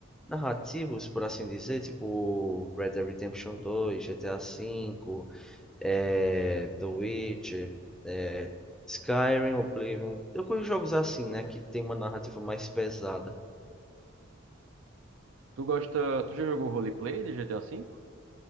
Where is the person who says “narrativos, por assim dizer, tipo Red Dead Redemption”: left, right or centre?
Centre